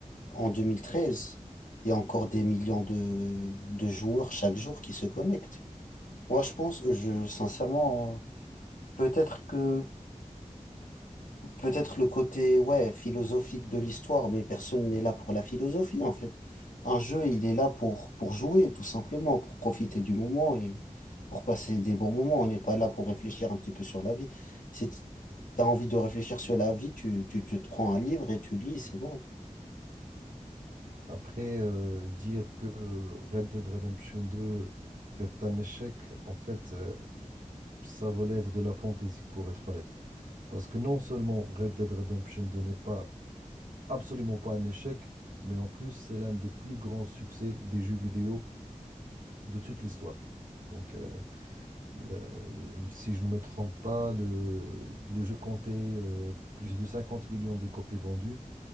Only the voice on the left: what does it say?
en 2013, il y a encore des millions de, de joueurs chaque jour qui se connectent. Moi, je pense, je, sincèrement, euh, peut-être que peut-être le côté ouais, philosophique de l'histoire, mais personne n'est là pour la philosophie en fait. Un jeu, il est là pour, pour jouer, tout simplement, pour profiter du moment et pour passer des bons moments. On n'est pas là pour réfléchir un petit peu sur la vie. Si tu as envie de réfléchir sur la vie, tu, tu, tu te prends un livre et tu lis, c'est bon.